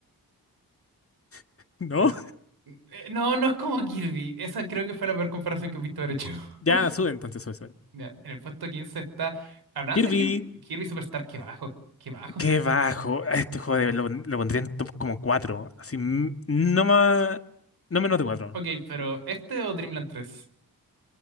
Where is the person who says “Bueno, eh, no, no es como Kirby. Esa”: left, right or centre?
Right